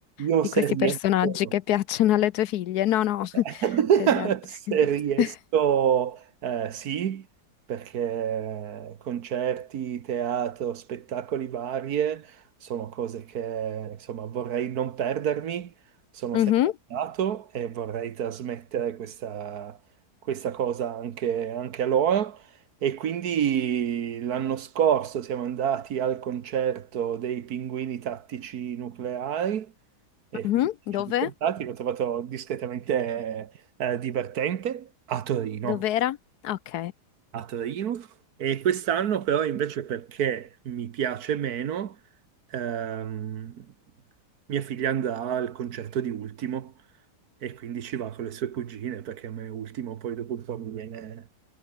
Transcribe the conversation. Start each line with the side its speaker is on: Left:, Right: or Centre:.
Right: Io
Left: di
Right: se
Left: questi
Right: riesco.
Left: personaggi che piacciono alle tue figlie? No, no,
Right: <laughs>
Left: <laughs> degli altri.
Right: Se
Left: <laughs>
Right: riesco, eh, sì, perché concerti, teatro, spettacoli varie sono cose che insomma vorrei non perdermi, sono
Left: Mhm,
Right: sempre andato e vorrei trasmettere questa, questa cosa anche, anche a loro. E quindi l'anno scorso siamo andati al concerto dei Pinguini Tattici Nucleari e
Left: mhm.
Right: film di
Left: Dove?
Right: portati, l'ho trovato discretamente eh, divertente a Torino.
Left: Dov'era? Ok.
Right: A Torino. E quest'anno però invece perché mi piace meno, ehm, mia figlia andrà al concerto di Ultimo e quindi ci va con le sue cugine perché a me Ultimo poi dopo un po' mi viene...